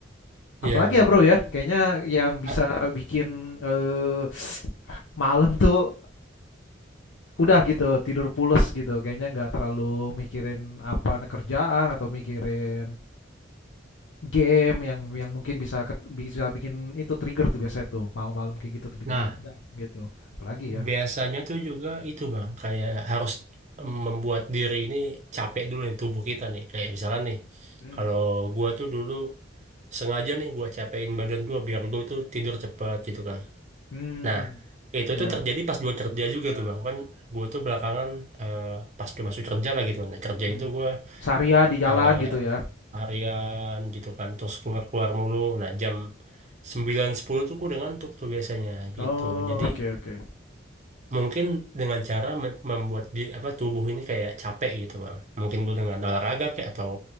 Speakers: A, on the right; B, on the left.
A: iya
B: Apalagi ya
A: benar.
B: Bro ya, kayaknya yang bisa
A: A-
B: bikin, eee, malam tuh udah gitu, tidur pules gitu, kayaknya nggak terlalu mikirin apa, kerjaan atau mikirin game yang yang mungkin bisa ket bisa bikin itu trigger tuh biasanya tuh, malam-malam kayak gitu tuh bikin
A: Nah,
B: begadang gitu, apalagi ya?
A: Biasanya tuh juga itu bang, kayak harus mmm, membuat diri ini capek dulu nih tubuh kita nih. Kayak misalnya nih,
B: Hmm,
A: kalau gua tuh dulu sengaja nih gua capein badan gua biar gua tuh tidur cepat gitu kan.
B: mmm,
A: Nah itu
B: ya,
A: tuh terjadi pas gua kerja juga tuh bang kan. Gua tuh belakangan eh, pas gua masuk kerja lah gitu kan. Nah, kerja
B: mmm.
A: itu gua
B: Seharian di jalan
A: eh,
B: gitu ya?
A: harian gitu kan, terus keluar keluar mulu. Nah jam sembilan sepuluh tuh gua udah ngantuk tuh biasanya
B: Oh,
A: gitu. Jadi
B: oke oke,
A: Mungkin dengan cara mem- membuat di apa tubuh ini kayak capek gitu bang. Mungkin lu dengan olahraga kayak atau